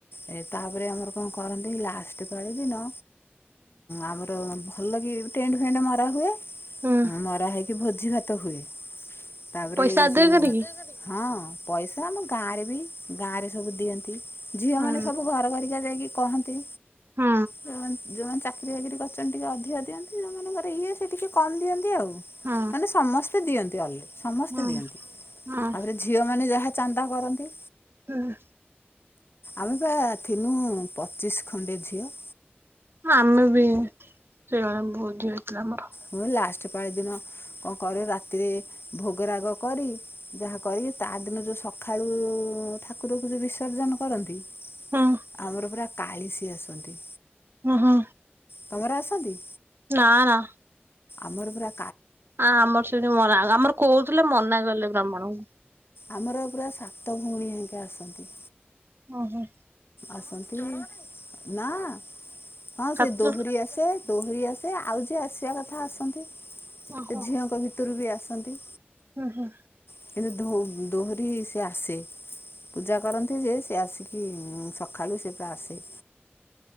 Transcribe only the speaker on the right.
ହୁଁ
ପଇସା ଆଦାୟ
କରିକି
ହୁଁ
ହୁଁ
ହୁଁ
ହୁଁ
ହୁଁ
ହୁଁ।
ଆମେ ବି <unintelligible> ହୋଇଥିଲା ଆମର।
ହୁଁ
ଓ ହୋ।
ନାଁ ନା।
ଆ ଆମର ସେଠି ମରା ହେଲା ଆମର କହୁଥିଲେ ମନା କଲେ ବ୍ରାହ୍ମଣଙ୍କୁ।
ଓ ହୋ।
ସାତ
ଜଣ
ଓହୋ
ହୁଁ ହୁଁ।